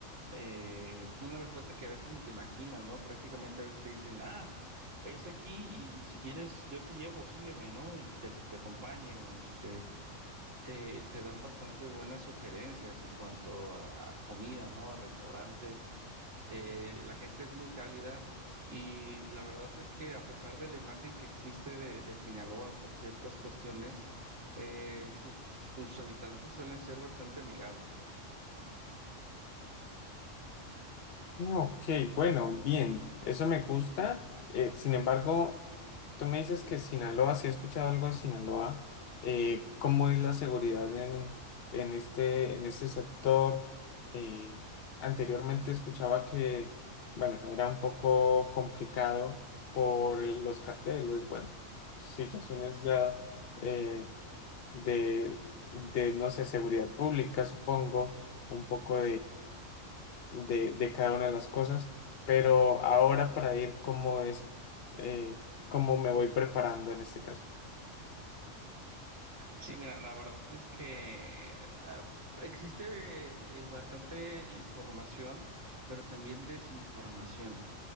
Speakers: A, on the right; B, on the left.
A: eh, una respuesta que a veces ni te imaginas, ¿no? Prácticamente a veces te dicen, ah, es aquí y si quieres yo te llevo, sígueme, ¿no? Y te, te acompaño, este. Te, te dan bastantes buenas sugerencias en cuanto a, a comida, ¿no? A restaurantes. Eh, la gente es muy cálida y la verdad es que a pesar de la imagen que existe de, de Sinaloa por ciertas cuestiones, eh, sus, sus habitantes suelen ser bastante amigables.
B: Ok, bueno, bien, eso me gusta. Eh, sin embargo, tú me dices que Sinaloa, si he escuchado algo de Sinaloa, eh, ¿cómo es la seguridad en, en este, en este sector? Eh, anteriormente escuchaba que, bueno, era un poco complicado por el- los carteles, bueno, situaciones ya eh, de, de, no sé, seguridad pública, supongo, un poco de, de cada una de las cosas, pero ahora para ir cómo es, eh, cómo me voy preparando en este caso.
A: Sí, mira, la verdad es que ah, existe eh, bastante información, pero también desinformación.